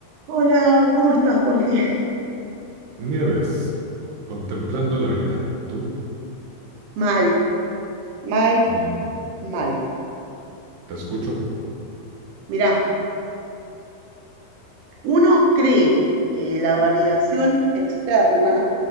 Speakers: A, on the right; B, on the right.
A: Hola, ¿cómo estás, Jorge?
B: Nieves, contemplando la vida. Tú,
A: Mal, mal,
B: Mm,
A: mal.
B: te escucho.
A: Mirá, uno cree que la validación externa